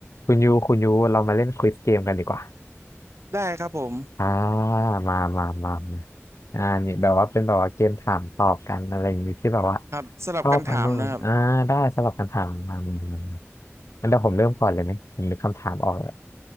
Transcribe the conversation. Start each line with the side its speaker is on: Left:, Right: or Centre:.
Left: คุณยูคุณยูเรามาเล่นควิซเกมกันดีกว่า
Right: ได้ครับผม
Left: อ่ามามามามาอ่านี่แบบว่าเป็นแบบว่าเกมถามตอบกันอะไรอย่างนี้ที่แบบว่า
Right: ครับสลับกันถามนะครับ
Left: ชอบอันนู้นอ่าได้สำหรับคำถามมามามามางั้นเดี๋ยวผมเริ่มก่อนเลยไหมผมนึกคำถามออกแล้ว